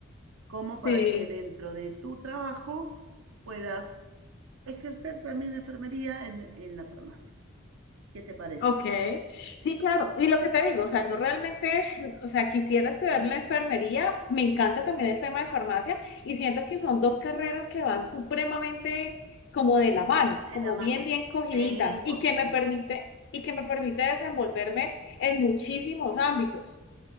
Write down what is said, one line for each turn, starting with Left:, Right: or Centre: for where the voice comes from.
Right: como para
Left: Sí,
Right: que dentro de tu trabajo puedas ejercer también la enfermería en, en la farmacia. ¿Qué te parece?
Left: Ok, sí, claro. Y lo que te digo, o sea, yo realmente, o sea, quisiera estudiar la enfermería, me encanta también el tema de farmacia y siento que son dos carreras que van supremamente como de la mano,
Right: De
Left: como
Right: la mano.
Left: bien, bien cogiditas
Right: Sí, por
Left: y que
Right: supuesto.
Left: me permite, y que me permite desenvolverme en muchísimos ámbitos.